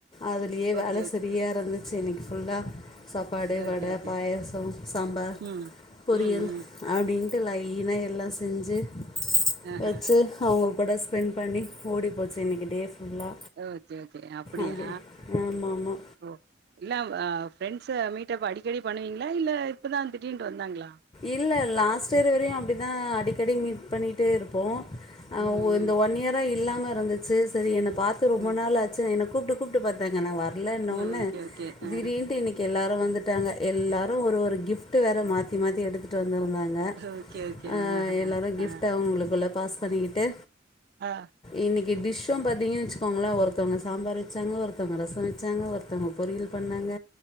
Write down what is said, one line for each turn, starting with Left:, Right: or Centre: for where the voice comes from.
Left: அதுலயே
Right: ஓகே
Left: வேல
Right: ஓகே
Left: செரிய
Right: ஓகே
Left: இருந்துச்சு இன்னிக்கி ஃபுல்லா சப்பாடு
Right: ஓகே
Left: வட
Right: ஓகே
Left: பாயசம் சம்பார்
Right: ம்
Left: பொரியல்
Right: ம் ம்
Left: அப்டின்ட்டு லைனா எல்லா செஞ்சி
Right: ஆஹா
Left: வெச்சி அவுங்க கூட ஸ்பெண்ட் பண்ணி ஓடி போச்சு இன்னைக்கு டே ஃபுல்லா
Right: ஓகே ஓகே அப்டியா
Left: அப்டி ஆமா ஆமா
Right: ஓ இல்ல ஃப்ரெண்ட்ஸ மீட்டப் அடிக்கடி பண்ணுவீங்ளா இல்ல இப்பதா திடின்ட்டு வந்தாங்ளா
Left: இல்ல லாஸ்ட் இயர் வரையு அப்டிதா அடிக்கடி மீட் பண்ணிட்டே இருப்போ அ
Right: ம்
Left: ஓ
Right: ம்
Left: இந்த ஒன் இயரா இல்லாம இருந்துச்சி சேரி என்ன பாத்து ரொம்ப
Right: ம்
Left: நாளா ஆச்சி என்ன கூப்டு கூப்டு பாத்தாங்க நா வரலன்ன
Right: ம்
Left: ஒன்ன
Right: ஓகே ஓகே ஆ
Left: திடீர் இன்டு இன்னிக் கி எல்லாரு வந்துட்டாங்க எல்லாரு ஒரு ஒரு கிஃப்ட் வேற மாத்தி மாத்தி எடுத்து எடுத்து வந்துருந்தாங்க
Right: ஓகே ஓகே
Left: ஆ
Right: ஆஹா
Left: எல்லாரு கிஃப்ட்
Right: ஆ
Left: அவுங்கவுங்களுக்குள்ள பாஸ் பண்ணிகிட்டு
Right: ஆ
Left: இன்னைக்கு டிஷ்ஷு பாத்தீங்கன்னா வெச்சுக்கோங்ளே ஒருத்தவங்க சாம்பார் வெச்சாங்க ஒருத்தவங்க ரசோ வெச்சாங்க ஒருத்தவங்க பொரியில் பண்ணாங்க